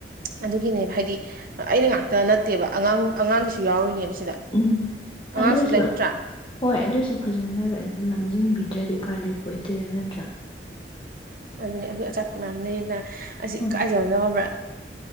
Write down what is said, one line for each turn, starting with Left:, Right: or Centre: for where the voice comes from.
Right: ꯑꯗꯨꯒꯤꯅꯦꯕ ꯍꯥꯏꯗꯤ ꯑꯩꯅ ꯉꯥꯛꯇ ꯅꯠꯇꯦꯕ ꯑꯉꯥꯡ ꯑꯉꯥꯡꯒꯤꯁꯨ ꯌꯥꯎꯔꯤꯅꯦꯕ ꯁꯤꯗ
Left: ꯎꯝ ꯑꯗꯨꯁꯨ
Right: ꯑꯉꯥꯡꯁꯨ ꯂꯩꯇ꯭ꯔꯥ
Left: ꯍꯣꯏ ꯑꯗꯨꯁꯨ ꯐꯖꯅ ꯂꯝꯖꯤꯡꯕꯤꯗ꯭ꯔꯗꯤ ꯎꯄꯥꯏ ꯂꯩꯔ ꯑꯣꯏꯇꯔꯒꯟ ꯅꯗ꯭ꯔꯥ
Right: ꯑꯗꯨꯅꯤ ꯑꯗꯨ ꯑꯆꯥꯄꯠ ꯃꯌꯥꯝ ꯂꯩꯌꯦꯅ ꯑꯁꯤ ꯏ
Left: ꯎꯝ
Right: ꯀꯥꯏꯖꯕꯗꯣ ꯕ꯭ꯔꯥ